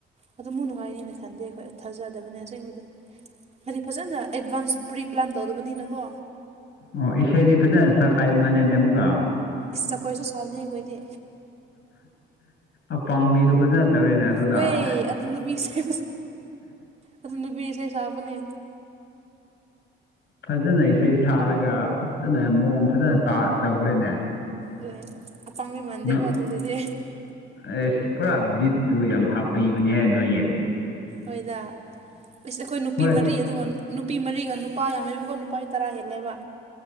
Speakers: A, on the right (about 35°); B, on the left (about 65°).
A: ꯑꯗꯨ ꯃꯨꯛ ꯅꯨꯡꯉꯥꯏꯅꯤꯅꯦ ꯈꯟꯗꯦ ꯑꯩꯈꯣꯏ ꯊꯥꯖꯗꯕꯅꯦ ꯑꯁꯦꯡꯕꯗꯤ ꯍꯥꯏꯗꯤ ꯐꯖꯅ ꯑꯦꯗꯚꯥꯟꯁ ꯄ꯭ꯔꯤꯄ꯭ꯂꯥꯟ ꯇꯧꯗꯕꯅꯤꯅꯀꯣ
B: ꯑꯣ ꯏꯁꯩꯗꯤ ꯐꯖꯅ ꯁꯀꯥꯏ ꯃꯂꯦꯟꯅꯦ ꯑꯃꯨꯛꯀ
A: ꯆꯖꯀꯣꯏꯁꯨ ꯁꯥꯕꯅꯤ ꯑꯩꯈꯣꯏꯗꯤ
B: ꯑꯄꯥꯕꯤꯗꯣ ꯐꯖꯅ ꯇꯧꯔꯦꯅꯦ ꯑꯗꯨꯗ
A: ꯍꯣꯏ ꯑꯗꯨ ꯅꯨꯄꯤ ꯏꯁꯩ ꯑꯗꯨ ꯅꯨꯄꯤ ꯏꯁꯩ ꯁꯛꯄꯅꯦ
B: ꯐꯖꯅ ꯏꯁꯩ ꯁꯥꯔꯒ ꯐꯖꯅ ꯃꯑꯣꯡ ꯐꯖꯅ ꯇꯧꯈ꯭ꯔꯦꯅꯦ
A: ꯑꯣꯏ ꯑꯄꯥꯥꯡꯕ ꯃꯥꯟꯗꯦꯀꯣ
B: ꯅꯣ-
A: ꯑꯗꯨꯗꯗꯤ
B: ꯑꯦꯁ ꯄꯨꯔꯥ ꯕꯤꯠꯇꯨ ꯌꯥꯝ ꯍꯥꯞꯄꯤꯕꯅꯤꯍ ꯅꯣꯏꯒꯤ
A: ꯍꯣꯏꯗꯁ ꯑꯩꯈꯣꯏ ꯅꯨꯄꯤ
B: ꯍꯣꯏ
A: ꯃꯔꯤ ꯑꯗꯨꯒ ꯅꯨꯄꯤ ꯃꯔꯤꯒ ꯅꯨꯄꯥ ꯌꯥꯝꯃꯦꯕꯀꯣ ꯅꯨꯄꯥ ꯇꯔꯥ ꯍꯦꯜꯂꯦꯕ